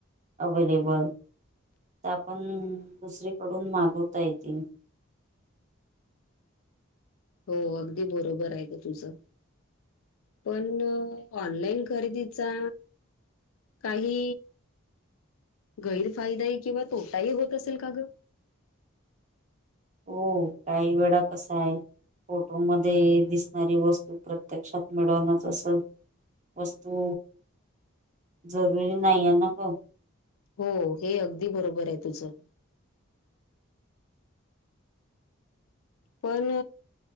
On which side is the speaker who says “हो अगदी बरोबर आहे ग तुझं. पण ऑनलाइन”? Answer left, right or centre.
Left